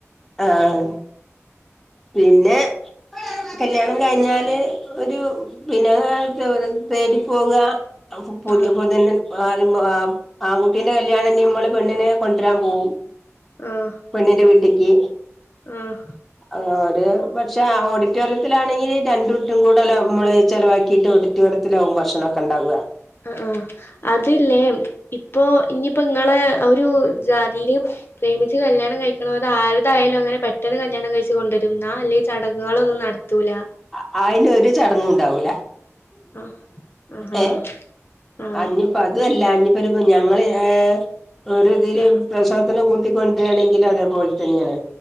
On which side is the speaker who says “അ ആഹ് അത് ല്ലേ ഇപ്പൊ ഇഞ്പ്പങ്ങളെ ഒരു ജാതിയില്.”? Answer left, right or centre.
Left